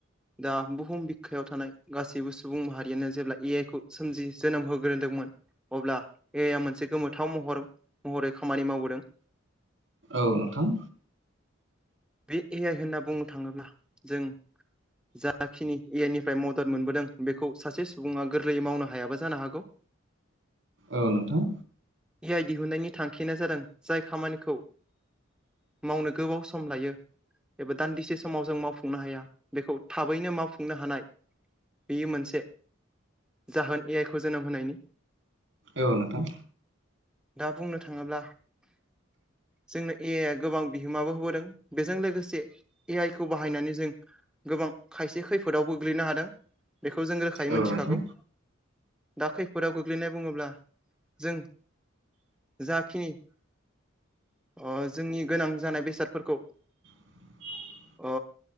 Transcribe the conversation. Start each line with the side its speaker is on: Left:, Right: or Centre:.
Centre: दा बुहुम बिखायाव थानाय गासैबो सुबुं माहारियानो जेब्ला ए आइ खौ सोमजि जोनोम होग्रोदोंमोन अब्ला एया मोनसे गोमोथाव महर महरै खामानि मावबोदों‌।
Right: औ नोंथां।
Centre: बे ए आइ होनना बुंनो थाङोब्ला जों जाखिनि एनिफ्राय मदद मोनबोदों बेखौ सासे सुबुङा गोरलैयै मावनो हायाबा जानो हागौ।
Right: औ नोंथां।
Centre: इ आइ दिहुनन्नायनि थांखियानो जादों जाय खामानिखौ मावनो गोबाव सम लायो। एबा दान्दिसे समाव जों मावफुंनो हाया बेखौ थाबैनो मावफुंनो हानाय बेयो मोनसे जाहोन ए आइखौ जोनोम होनायनि।
Right: औ नोंथां।
Centre: दा बुंनो थाङोब्ला जोंनो ए आइया गोबां बिहोमाबो होबोदों। बेजों लोगोसे ए आइ खौ बाहायनानै जों गोबां खायसे खैफोदाव गोग्लैनो हादों बेखौ जों रोखायै
Right: औ
Centre: मिथिखागौ।
Right: नोंथां
Centre: दा खैफोदाव गोग्लैनाय बुङोब्ला जों जाखिनि अ जोंनि गोनां जानाय बेसादफोरखौ
Right: <unintelligible>
Centre: अ